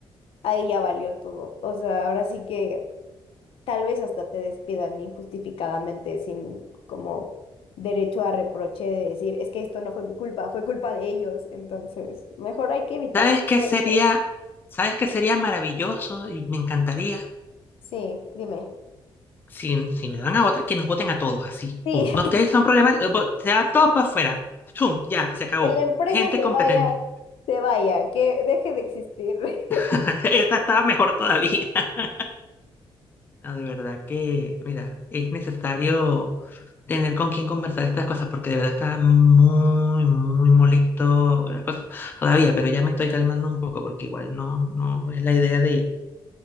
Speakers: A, on the left; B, on the left.
A: ahí ya valió todo. O sea, ahora sí que tal vez hasta te despidan injustificadamente sin como derecho a reproche de decir, es que esto no fue mi culpa, fue culpa de ellos. Entonces, mejor hay que evitar
B: ¿Sabes qué
A: todo
B: sería,
A: eso.
B: sabes qué sería maravilloso y me encantaría?
A: Sí, dime.
B: Si, si me van a votar, que nos voten a todos, así.
A: Sí,
B: Pum. Ah, Ustedes son problemáticos, vo- se van todos para afuera. Pum, ya, se acabó.
A: Que la empresa
B: Gente
A: se
B: competente.
A: vaya, se vaya, que deje de existir. <laughs>
B: <laughs> Esa estaba mejor todavía. <laughs> No, de verdad que, mira, es necesario tener con quién conversar estas cosas, porque de verdad está muy, muy molesto las cosas todavía, pero ya me estoy calmando un poco, porque igual no, no es la idea de